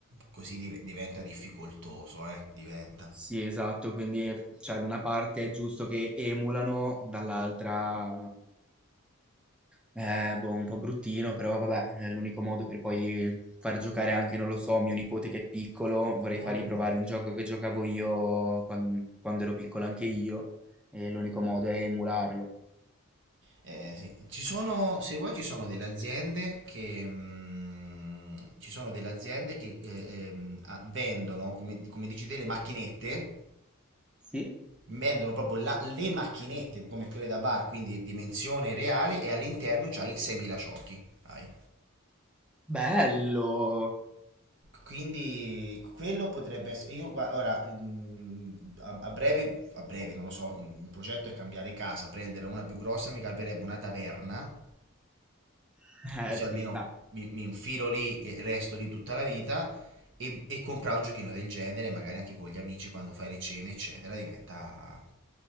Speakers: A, on the right; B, in the centre.
A: così div- diventa difficoltoso, eh? Diventa.
B: Sì, esatto, quindi cioè, da una parte è giusto che emulano, dall'altra Eh, boh, un po' bruttino, però vabbè, è l'unico modo per poi far giocare anche, non lo so, mio nipote che è piccolo, vorrei
A: Eh, vabbè.
B: fargli provare un gioco che giocavo io quan- quando, ero piccolo anche io, e l'unico modo è emularlo.
A: Eh, sì. Ci sono, se vuoi, ci sono delle aziende che, mm, ci sono delle aziende che eh, ehm, ah, vendono, come, come dici te, le macchinette,
B: Sì?
A: vendono proprio la- le macchinette come quelle da bar, quindi dimensione reale, e all'interno c'hai 6.000 ciocchi. Hai.
B: Bello!
A: Quindi quello potrebbe essere. Io gua- ora mm, a, a breve, a breve non lo so. Un progetto è cambiare casa, prendere una più grossa, mi calberebbe una taverna
B: <laughs> Eh,
A: così
B: ci
A: almeno
B: sta.
A: mi, mi infilo lì e resto lì tutta la vita e, e comprare un giochino del genere, magari anche con gli amici quando fai le cene, eccetera, diventa,